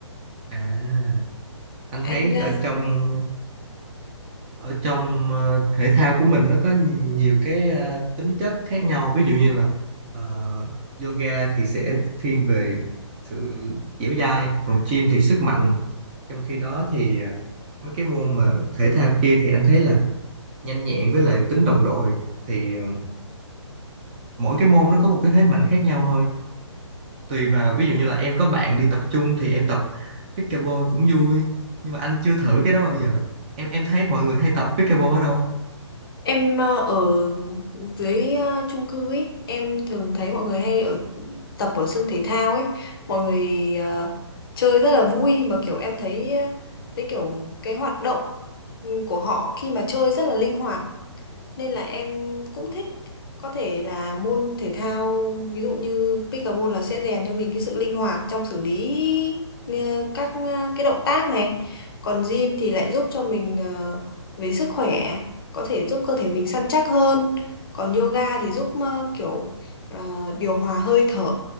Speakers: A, on the right; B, on the left.
A: à anh
B: Anh
A: thấy ở trong ở trong ờ, thể thao của mình nó có nhiều cái ờ, tính chất khác nhau ví dụ như là ờ, yoga thì sẽ thiên về sự dẻo dai còn gym thì sức mạnh trong khi đó thì ờ, mấy cái môn mà thể thao kia thì anh thấy là nhanh nhẹn với lại tính đồng đội thì ờ, mỗi cái môn nó có một cái thế mạnh khác nhau thôi tùy vào ví dụ như là em có bạn đi tập chung thì em tập pickleball cũng vui nhưng mà anh chưa thử
B: ờ,
A: cái đó bao giờ em em thấy mọi người hay tập pickleball ở đâu
B: Em ờ, ở dưới ờ, chung cư ấy, em thường thấy mọi người hay ở tập ở sân thể thao ấy, mọi người ờ, chơi rất là vui mà kiểu em thấy ờ, thấy kiểu cái hoạt động của họ khi mà chơi rất là linh hoạt nên là em cũng thích có thể là môn thể thao ví dụ như pickleball là sẽ rèn cho mình cái sự linh hoạt trong xử lý ờ, các ờ, cái động tác này còn gym thì lại giúp cho mình ờ, về sức khỏe có thể giúp cơ thể mình săn chắc hơn còn yoga thì giúp ờ, kiểu ờ, điều hòa hơi thở